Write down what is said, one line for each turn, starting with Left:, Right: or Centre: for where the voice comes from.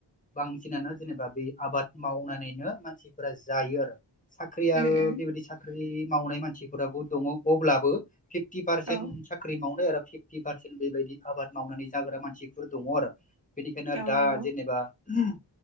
Left: बांसिनानो जेनेबा बे आबाद मावनानैनो मानसिफोरा जायो आरो साख्रिया
Right: उम उम
Left: बेबायदि साख्रि मावनाय मानसिफोराबो दंङ अब्लाबो फिफ्टि पारसेन्ट
Right: औ
Left: साख्रि मावनो आरो फिफ्ति। पारसेन बेबायदि आबाद मावनानै जाग्रा मानसिफोर दंङ आरो। बेनिखायनो
Right: औ
Left: दा
Right: नंगौ
Left: जेनेबा उम